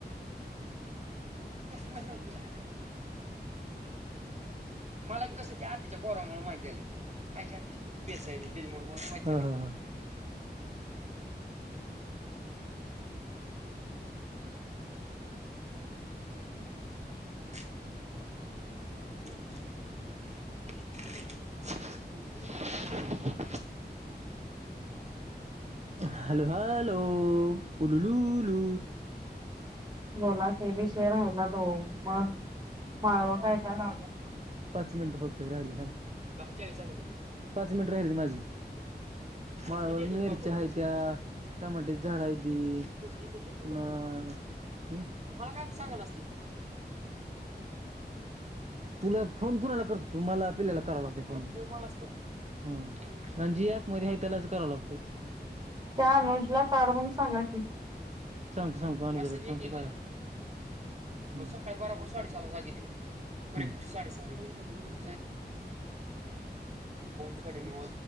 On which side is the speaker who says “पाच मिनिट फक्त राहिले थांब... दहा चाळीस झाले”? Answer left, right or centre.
Right